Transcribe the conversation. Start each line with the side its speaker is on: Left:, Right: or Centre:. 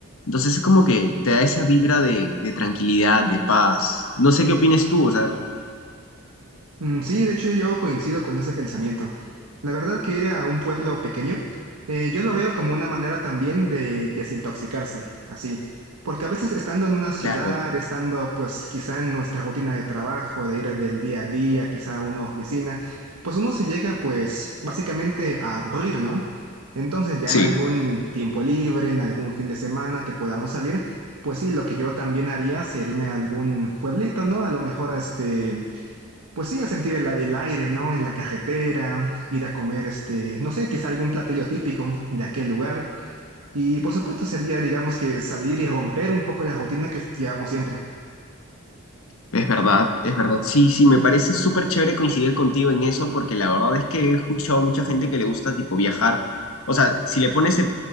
Left: entonces es como que te da esa vibra de, de tranquilidad, de paz. No sé qué opinas tú, o sea,
Right: Mm, Sí, de hecho yo coincido con ese pensamiento. La verdad que ir a un pueblo pequeño, eh, yo lo veo como una manera también de desintoxicarse, así, porque a veces estando en una ciudad,
Left: claro,
Right: estando pues quizá en nuestra rutina de trabajo, de ir a- del día a día, quizá a una oficina, pues uno se llega pues básicamente a aburrir, ¿no? Entonces ya
Left: sí.
Right: en algún tiempo libre, en algún fin de semana que podamos salir, pues sí, lo que yo también haría sería irme a algún pueblito, ¿no? A lo mejor a este... Pues sí, a sentir el, el aire, ¿no? En la carretera, ir a comer, este, no sé, quizá algún platillo típico de aquel lugar. Y por supuesto sería, digamos que salir y romper un poco la rutina que llevamos siempre.
Left: Es verdad, es verdad. Sí, sí, me parece súper chévere coincidir contigo en eso, porque la verdad es que he escuchado mucha gente que le gusta tipo viajar. O sea, si le pones en,